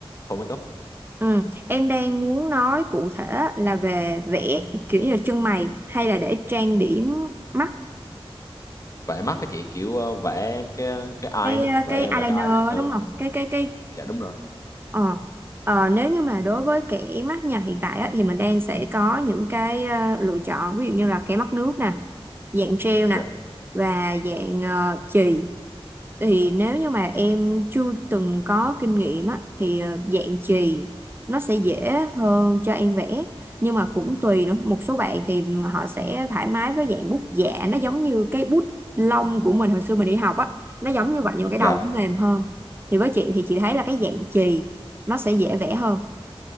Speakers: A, on the left; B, on the right.
A: khâu make up
B: Ừ. Em đang muốn nói cụ thể là về vẽ kiểu như là chân mày hay là để trang điểm mắt
A: vẽ mắt các chị kiểu ờ, vẽ cái cái
B: cái
A: eye nữa
B: ờ,
A: vẽ
B: cái eyeliner
A: vẽ cái eye later
B: đúng không cái cái cái
A: dạ đúng rồi
B: ờ Ờ, nếu như mà đối với kẻ mắt nhà hiện tại á, thì mình đang sẽ có những cái ờ, lựa chọn ví dụ như là kẻ mắt nước nè dạng gel nè
A: dạ
B: và dạng uh, chì thì nếu như mà em chưa từng có kinh nghiệm á thì ờ, dạng chì nó sẽ dễ hơn cho em vẽ nhưng mà cũng tùy nữa một số bạn thì họ sẽ thoải mái với dạng bút dạ nó giống như cái bút lông của mình hồi xưa mình đi học á nó giống như vậy nhưng mà cái
A: dạ
B: đầu nó mềm hơn thì với chị thì chị thấy là cái dạng chì nó sẽ dễ vẽ hơn